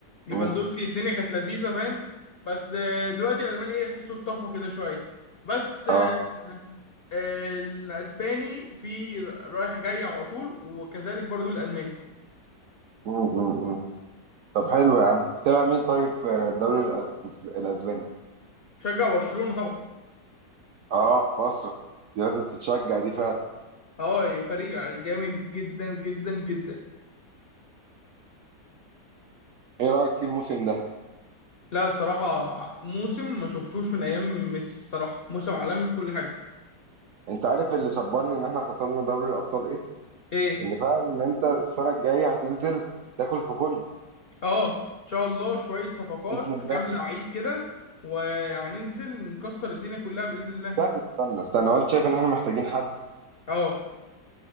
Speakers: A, on the left (about 75°); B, on the right (about 75°).
A: ليفاندوسكي
B: مم.
A: الدنيا كانت لذيذه فاهم بس آه، دلوقتي الالماني ايه يحسوا اتطفى كده شويه بس آه،
B: اه
A: آه، الاسباني في رايح جاي على طول وكذلك برضو الالماني
B: مم. مم. مم. طب حلو يا عم تابع مين طيب في الدوري الأس- الأسباني
A: شجع برشلونه طبعا
B: اه بصرة دي لازم تتشجع دي فعلا
A: اه فريق جامد جدا جدا جدا
B: ايه رأيك في الموسم ده
A: لا الصراحه موسم ما شفتوش من ايام ميسي الصراحه موسم عالمي في كل حاجه
B: انت عارف اللي صبرني ان احنا خسرنا دوري الأبطال ايه
A: ايه
B: ان فعلا ان انت السنة الجاية هتنزل تاكل في كل
A: اه ان شاء الله شويه صفقات
B: بإذن الله
A: كام لعيب كده وهننزل نكسر الدنيا كلها باذن الله
B: استنى استنى استنى هو انت شايف ان احنا محتاجين حد
A: اه